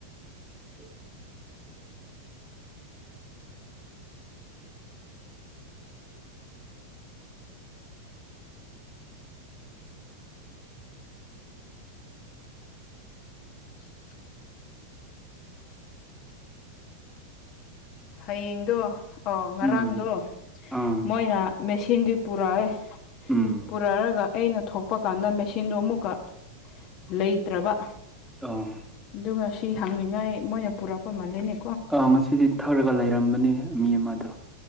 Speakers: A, in the centre; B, on the left (about 40°).
A: ꯑꯁ
B: <unintelligible> ꯍꯌꯦꯡꯗꯣ ꯑꯣ ꯉꯔꯥꯡꯗꯣ
A: ꯎꯝ ꯑꯥ
B: ꯃꯣꯏꯅ ꯃꯦꯆꯤꯟꯗꯤ ꯄꯨꯔꯛꯑꯦ
A: ꯎꯝ
B: ꯄꯨꯔꯛꯑꯒ ꯑꯩꯅ ꯊꯣꯛꯄ ꯀꯥꯟꯗ ꯃꯦꯆꯤꯟꯗꯣ ꯑꯃꯨꯛꯀ ꯂꯩꯇ꯭ꯔꯕ
A: ꯑꯧ
B: ꯑꯗꯨꯒ ꯉ ꯁꯤ ꯍꯪꯅꯤꯡꯉꯥꯏ ꯃꯣꯏꯅ ꯄꯨꯔꯛꯄ ꯃꯥꯜꯂꯤꯅꯦ
A: ꯑꯥ ꯉꯁꯤꯗꯤ ꯊꯛꯔꯒ ꯂꯩꯔꯝꯕꯅꯤ ꯃꯤ ꯑꯃꯗꯣ